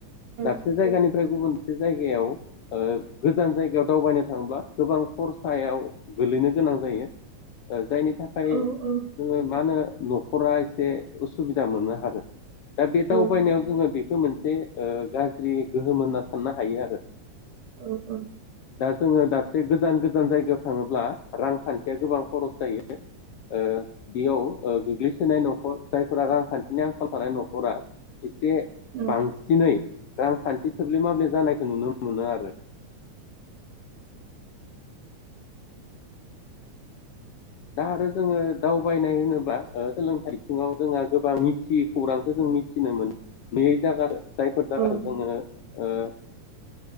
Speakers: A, on the right; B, on the left.
A: औ
B: दाबसे जायगानि जेरै गुबुन मोनसे जायगायाव ओ गोजान जायगायाव दावबायनो थाङोब्ला गोबां खरसायाव गोलैनो गोनां जायो ओ जायनि थाखाय
A: औ औ
B: जोङो मा होनो न'खरा एसे उसुबिदा मोनो आरो। दा बे
A: औ
B: दावबायनायाव जोङो बे बे मोनसे ओ गाज्रि गोहोम होनना साननो हायो आरो।
A: औ औ।
B: दा जोङो दा गोजान गोजान जायगायाव थाङोब्ला रांखान्थिया गोबां खरस जायो। ओ बेयाव गोग्लैसो सोनाय न'खर जायफोरा रांखान्थिनि आंखाल थानाय न'खरा एसे
A: औ
B: बांसिनै रांखान्थि थोब्ले माब्ले जानायखौ नुनो मोनो आरो। दा आरो जोङो दावबायनाय होनोबा ओ सोलोंथाइ बिथिङाव जोंहा गोबां मिथियै खौरांखौ जों मिथिनो मोनो। बे जागाखो जायफोर जागाखो
A: औ
B: जोङो ओ